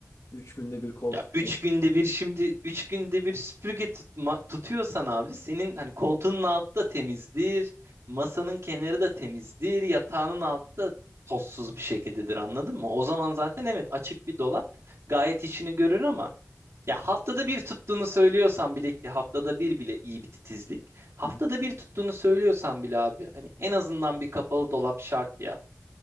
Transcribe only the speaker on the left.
üç günde bir koltuk.
Hı
hı.